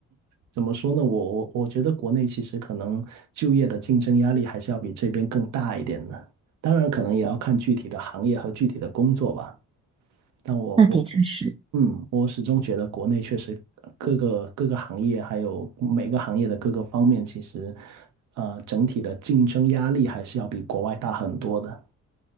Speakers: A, on the right; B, on the right.
A: 怎么说呢？我我我觉得国内其实可能就业的竞争压力还是要比这边更大一点的，当然可能也要看具体的行业和具体的工作吧。但我我
B: 那的确是，
A: 嗯，我始终觉得国内确实各个各个行业，还有每个行业的各个方面，其实呃整体的竞争压力还是要比国外大很多的。